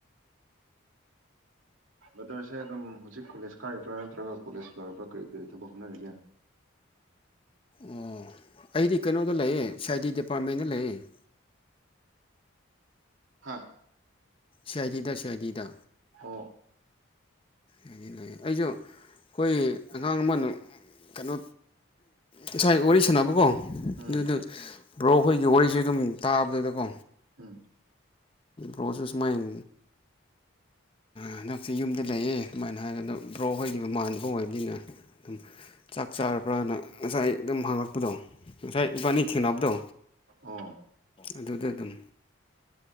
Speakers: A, on the right; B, on the left.
A: ꯕꯗꯔꯁꯦ ꯑꯗꯨꯝ ꯍꯧꯖꯤꯛ ꯀꯣꯂꯦꯖ ꯀꯥꯔꯤꯕ꯭ꯔꯥ ꯅꯠꯇ꯭ꯔꯒ ꯀꯣꯂꯦꯖ ꯂꯣꯏꯔꯤꯕ꯭ꯔꯥ ꯀꯔꯤ ꯀꯔꯤ ꯊꯕꯛ ꯍꯣꯠꯅꯔꯤꯒꯦ
B: ꯑꯣ ꯑꯩꯗꯤ ꯀꯩꯅꯣꯗ ꯂꯩꯌꯦ ꯁꯥꯏ ꯗꯤ ꯗꯤꯄꯥꯔꯠꯃꯦꯟꯗ ꯂꯩꯌꯦ <inaudible>
A: ꯍꯥ
B: ꯁꯔꯤꯗ ꯁꯦꯔꯤꯗ
A: ꯑ
B: ꯂꯩꯌꯦ ꯑꯩꯁꯨ ꯑꯩꯈꯣꯏ ꯑꯉꯥꯡ ꯑꯃꯅ ꯀꯩꯅꯣ ꯉꯁꯥꯏ ꯋꯥꯔꯤ ꯁꯥꯟꯅꯕꯀꯣ
A: ꯎꯝ
B: ꯑꯗꯨꯗ ꯕ꯭ꯔꯣ ꯑꯩꯈꯣꯏꯒꯤ ꯋꯥꯔꯤꯁꯨ ꯑꯗꯨꯝ ꯇꯥꯕꯗꯨꯗꯀꯣ
A: ꯎꯝ
B: ꯭ꯔꯣꯁꯦꯁ ꯃꯥꯏꯟ ꯍꯟꯗꯛꯁ ꯌꯨꯝꯗ ꯂꯩꯑꯦ ꯑꯗꯨꯃꯥꯏꯅ ꯍꯥꯏꯔꯒ ꯑꯗꯣ ꯕ꯭ꯔꯣ ꯍꯣꯏꯒꯤꯈꯤꯕ ꯃꯥꯟꯅꯕ ꯑꯣꯏꯕꯅꯤꯅ ꯑꯗꯨꯝ ꯆꯥꯛ ꯆꯥꯔꯕ꯭ꯔꯅ ꯉꯁꯥꯏ ꯑꯗꯨꯝ ꯍꯥꯡꯉꯛꯄꯗꯣ ꯉꯁꯥꯏ ꯏꯕꯥꯅꯤ ꯊꯦꯡꯅꯕꯗꯣ
A: ꯑꯣ
B: ꯑꯗꯨꯗ ꯑꯗꯨꯝ